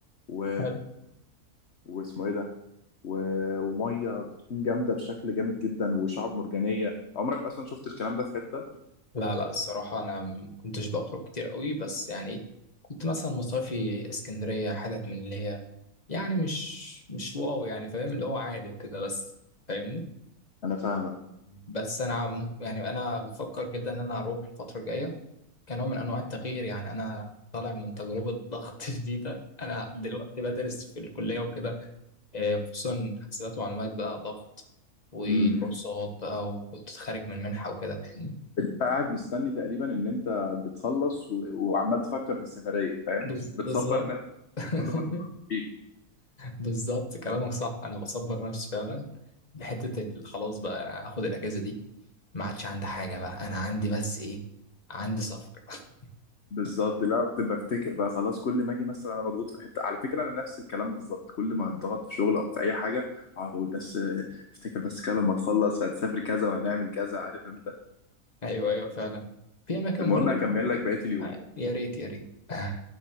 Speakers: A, on the left (about 50°); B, on the left (about 25°).
A: و...
B: حلو.
A: واسمه ايه ده و... ومية بتكون جامدة بشكل جامد جدا وشعب مرجانية عمرك اصلا شفت الكلام ده في حتة
B: لا لا الصراحة انا ما كنتش بخرج كتير قوي بس يعني كنت مثلا مصيفي اسكندرية حتت من اللي هي يعني مش مش واو يعني فاهم اللي هو عادي وكده بس فاهمني
A: انا فاهمك
B: بس انا عم- يعني انا بفكر جدا ان انا اروح الفتره الجايه كنوع من انواع التغيير يعني انا طالع من تجربه ضغط <laughs> شديده انا دلوقتي بدرس في الكليه وكده آه، خصوصا حسابات ومعلومات بقى ضغط وكورسات
A: أيوة.
B: بقى وكنت خارج من منحه وكده فاهمني
A: انت قاعد مستني تقريبا ان انت بتخلص و... وعمال تفكر في السفريه فاهم
B: بز-
A: بتصبر
B: بالظبط
A: نفسك
B: <laughs>
A: كل ما تفكر فيه
B: بالظبط كلامك صح انا بصبر نفسي فعلا بحته ال- خلاص بقى انا هاخد الاجازه دي ما عادش عندي حاجه بقى انا عندي بس ايه عندي سفر <laughs>
A: بالظبط لا بتبقى بفتكر بقى خلاص كل ما اجي مثلا انا مضغوط في الحته على فكره انا نفس الكلام بالظبط كل ما اتضغط في شغل او في اي حاجه اقعد اقول بس افتكر بس كده لما تخلص هتسافر كذا وهنعمل كذا عارف انت
B: ايوه ايوه فعلا في اماكن
A: المهم
B: برضو
A: هكمل لك بقيه اليوم
B: آه، يا ريت يا ريت <laughs>